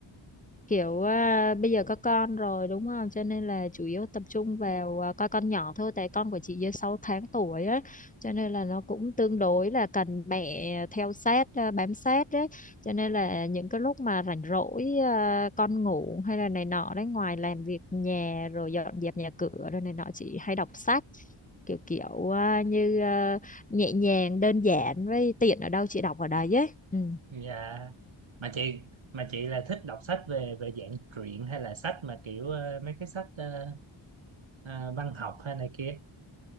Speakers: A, on the left (about 15°); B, on the right (about 70°).
A: kiểu à, bây giờ có con rồi đúng không cho nên là chủ yếu tập trung vào à, coi con nhỏ thôi tại con của chị dưới 6 tháng tuổi á cho nên là nó cũng tương đối là cần mẹ theo sát à, bám sát đấy cho nên là những cái lúc mà rảnh rỗi à, con ngủ hay là này nọ đấy ngoài làm việc nhà rồi dọn dẹp nhà cửa rồi này nọ chị hay đọc sách kiểu kiểu à, như à, nhẹ nhàng đơn giản với tiện ở đâu chị đọc ở đấy ấy ừ.
B: dạ mà chị mà chị là thích đọc sách về về dạng truyện hay là sách mà kiểu ờ, mấy cái sách ờ, ờ, văn học hay này kia